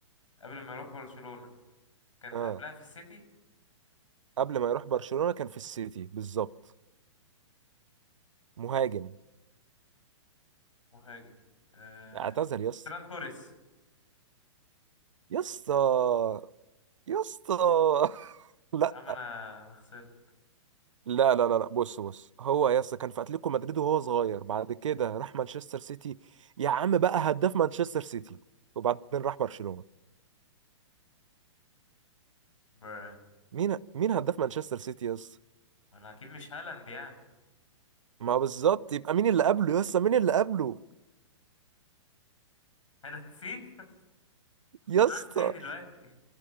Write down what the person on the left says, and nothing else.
قبل ما يروح برشلونة كان
قبلها في السيتي
مهاجم آه.
فران توريس
يا عم انا ما خسرت
بر
وانا اكيد مش هالاند يعني
انا نسيت <laughs>
بعمل
ايه دلوقتي